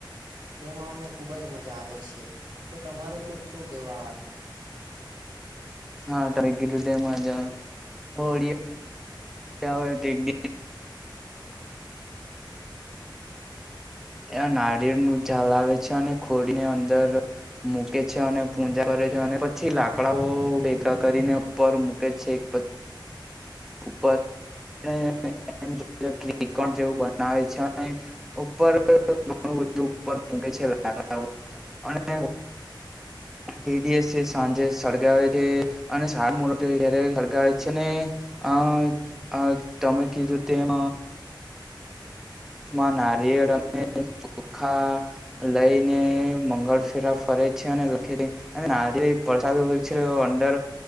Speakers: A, on the right; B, in the centre.
A: તેમાં અમને ખુબ જ મજા આવે છે, તો તમારું તો શું કેવું આ વાતમાં.
B: હા તને કીધું તેમજ હોળી જાવે તેદી એ નારિયળનું ઝાળ આવે છે, અને ખોડીની અંદર મૂકે છે, અને પૂજા કરે છે, અને પછી લાકડાઓ ભેગા કરીને ઉપર મૂકે છે પછ ઉપર <unintelligible> ત્રિકોણ જેવું બનાવે છે, અને ઉપર ઘણું બધું ઉપર મુકેે છે, લાકડાઓ અને એ ડીએસે સાંજે સડગાવે છે. અને સારું મોરત ત્યારે સળગાવે છે ને હ અ તમે કીધું તેમ માં નારિયેળ અને ચોખા લઈને મંગળ ફેરા ફરે છે અને લખે <unintelligible> અને આજે વરસાદ હોય છે, અંદર